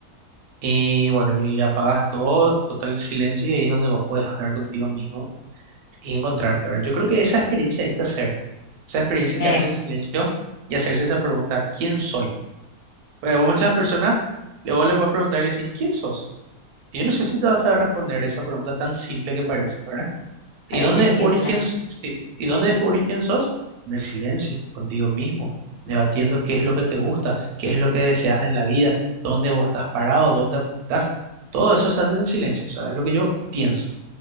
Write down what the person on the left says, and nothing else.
Eh,
parece
simple.